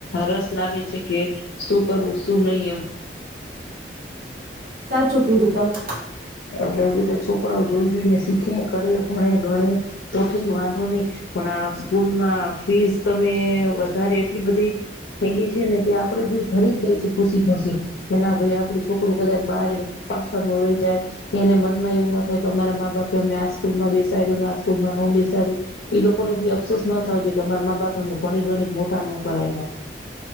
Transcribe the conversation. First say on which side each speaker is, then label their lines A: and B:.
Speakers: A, on the left; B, on the right.
A: રસ લાગે છે, કે શું કરવું શું નહી એવું
B: સાચ કીધું તમે
A: એટલે બધા છોકરાઓ જોઈ જોઈને શીખે કરે ભણે ગણે તો ઠીક વાંધો નહી પણ આ સ્કૂલમાં ફીસ તમે વધારે એટલી બધી થઈ ગઈ છે ને કે આપડે ભી ભરી જ દઈ છે ખુશી ખુશી કે ના ભાઈ આપડું છોકરું કદાચ બહાર પાછળ નું રહી જાય એને મનમાં એવું ન થાય કે અમારા મા બાપે અમે આ સ્કૂલમાં બેસાડો ના બેસાડી એ લોકોને બી અફસોસ ના થ કે અમાર મા બાપ ઘણી ગણી મોટા નોક્યા